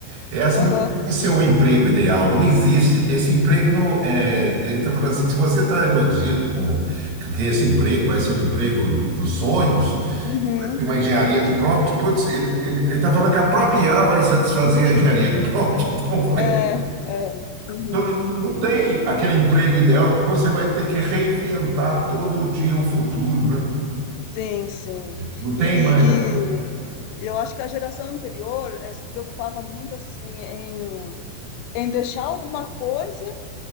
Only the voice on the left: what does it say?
aham,
uhum,
é, é, uhum,
sim, sim.
E, e,
e e eu acho que a geração anterior eh, se preocupava muito assim em em deixar alguma coisa